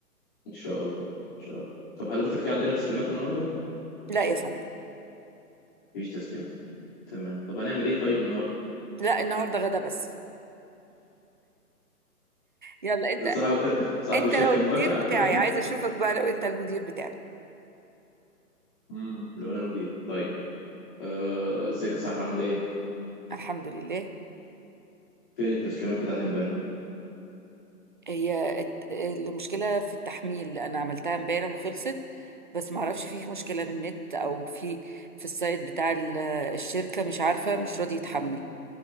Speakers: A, on the left (about 30°); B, on the right (about 30°).
A: ان شاء الله ان شاء الله طب حضرتك في عندنا تسليمات النهاردة
B: لا يا فندم
A: مفيش تسليمات تمام طب هنعمل ايه طيب النهاردة
B: لا النهارده غدا بس يلا انت
A: صاحب <laughs> صاحب
B: انت
A: الشركة
B: لو المدير
A: موافق على
B: بتاعي
A: الكلام ده
B: عايزة اشوفك بقى لو انت المدير بتاعي
A: امم اللي هو انا المدير طيب آه، ازيك يا صاحبي عامله ايه
B: الحمد لله
A: فين التسليمات بتاعت امبارح
B: هي الت- المشكلة في التحميل أنا عملتها امبارح وخلصت بس معرفش في مشكلة بالنت أو في في السايت بتاع ال- الشركة مش عارفة مش راضي يتحمل